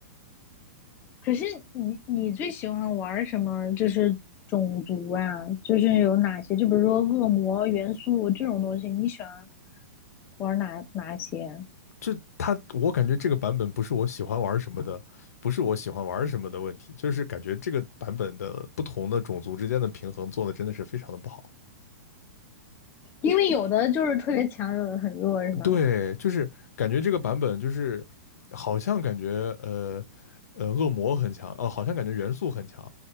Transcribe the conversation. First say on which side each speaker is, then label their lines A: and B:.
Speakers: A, on the left; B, on the left.
A: 可是你你最喜欢玩儿什么？就是种族啊，就是有哪些？就比如说恶魔元素这种东西，你喜欢玩儿哪哪些？
B: 就他，我感觉这个版本不是我喜欢玩什么的，不是我喜欢玩什么的问题，就是感觉这个版本的不同的种族之间的平衡做的真的是非常的不好。
A: 因为有的就是特别强，有的很弱，是吗？
B: 对，就是感觉这个版本就是好像感觉呃呃恶魔很强，呃好像感觉元素很强，